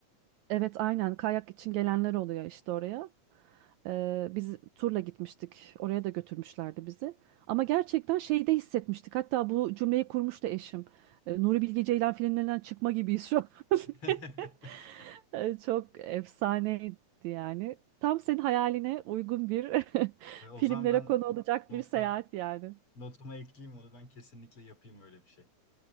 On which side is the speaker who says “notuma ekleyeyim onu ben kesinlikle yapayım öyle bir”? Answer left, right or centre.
Left